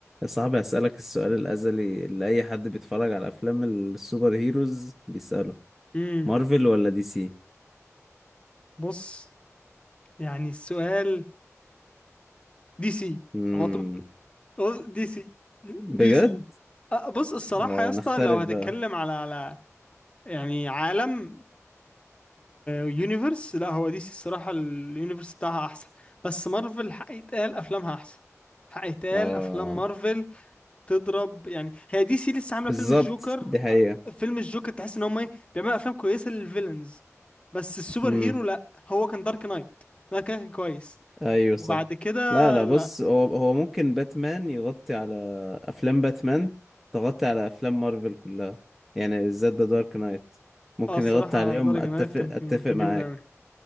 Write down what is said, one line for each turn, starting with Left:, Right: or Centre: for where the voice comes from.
Centre: صعب أسألك السؤال الأزلي اللي أي حد بيتفرج على أفلام السوبر هيروز بيسأله
Left: امم
Centre: مارفل ولا دي سي؟
Left: بص يعني السؤال دي سي
Centre: مم.
Left: على طول بص دي سي
Centre: <laughs> بجد؟
Left: دي سي أه، بص الصراحة
Centre: اه
Left: يا اسطى
Centre: نختلف
Left: لو هتتكلم
Centre: بقى
Left: على على يعني عالم يونيفرس لا هو دي سي الصراحة اليونيفرس بتاعها أحسن بس مارفل حق يتقال أفلامها أحسن حق يتقال
Centre: اه
Left: أفلام مارفل تضرب يعني هي دي سي لسه عاملة
Centre: بالظبط
Left: فيلم الجوكر
Centre: دي حقيقة
Left: أه، فيلم الجوكر تحس إن هم إيه بيعملوا أفلام كويسة للفيلنز بس السوبر
Centre: مم.
Left: هيرو لا هو كان دارك نايت ده كان كويس
Centre: أيوة صح
Left: وبعد كده
Centre: لا لا
Left: لا
Centre: بص هو هو ممكن باتمان يغطي على أفلام باتمان تغطي على أفلام مارفل كلها يعني بالذات ذا دارك نايت ممكن
Left: اه الصراحة
Centre: يغطي عليهم
Left: دارك
Centre: أتفق
Left: نايت كان
Centre: أتفق
Left: كان
Centre: معاك
Left: جامد قوي